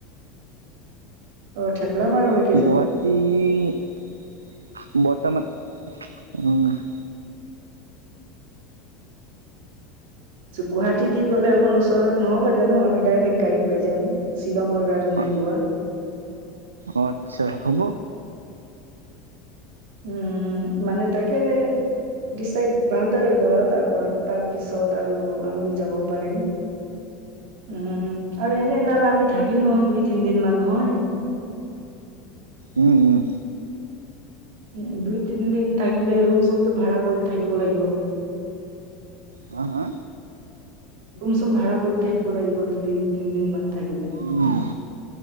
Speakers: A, on the right; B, on the right.
A: অ', <unintelligible>
B: গুৱাহাটী বৰ্তমান উম।
A: গুৱাহাটী দি গ'লে অকণ ওচৰত নহ'ব জানো আমি ডাইৰেক্ট গাড়ী পাই যাম। শ্বিলংৰ কাৰণে
B: অ
A: যোৱা।
B: অ', আচ্ছা হ'ব।
A: উম, মানে তাকে ডিচাইড ভালদৰে কৰা তাৰপ তাৰ পিছত আৰু আমি যাব পাৰিম। উম, আৰু এনে তাত আমি থাকিম নহয় দুই তিন দিন মান নহয়।
B: উম, উম।
A: উম, দুই তিনিদিন থাকিলে ৰুম চুমটো ভাড়া কৰি থাকিব লাগিব।
B: হা হা?
A: ৰুম চুম ভাড়া কৰি থাকিব লাগিব দুদিন তিনদিন মান থাকিলে।
B: উম।